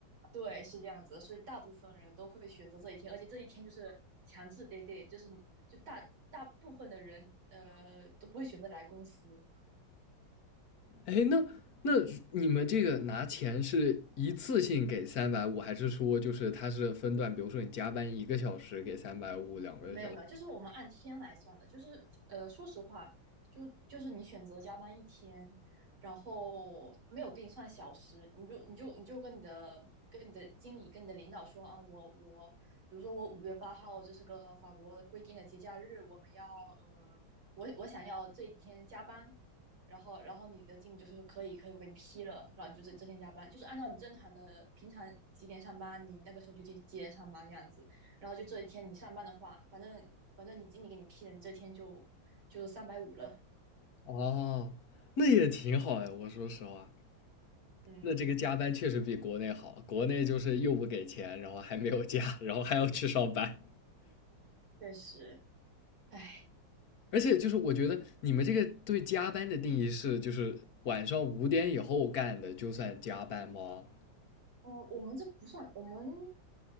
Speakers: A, on the right; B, on the left.
A: 对，是这样子的所以大部分人都会选择这一天，而且这一天就是强制 day day，就是你就大大部分的人呃都不会选择来公司。
B: 哎，那那你们这个拿钱是一次性给三百五，还是说就是他是分段？比如说你加班一个小时给三百五，两个小时。
A: 没有没有，就是我们按天来算的，就是呃，说实话，就就是你选择加班一天，然后没有给你算小时，你就你就你就跟你的跟你的经理跟你的领导说啊，我我比如说我五月八号这是个法国规定的节假日，我们要呃，我我想要这一天加班，然后然后你的经理就是说可以可以，我给你批了，然后你就这这天加班，就是按照你正常的平常几点上班，你那个时候就几几点上班这样子。然后就这一天你上班的话，反正反正你经理给你批了，你这天就就是三百五了。
B: 哦，那也挺好呀。我说实话，
A: 嗯，
B: 那这个加班确实比国内好。国内就是又不给钱，然后还没有假，然后还要去上班。
A: 确实，哎，
B: 而且就是我觉得你们这个对加班的定义是，就是晚上五点以后干的就算加班吗？
A: 我我们这不算，我们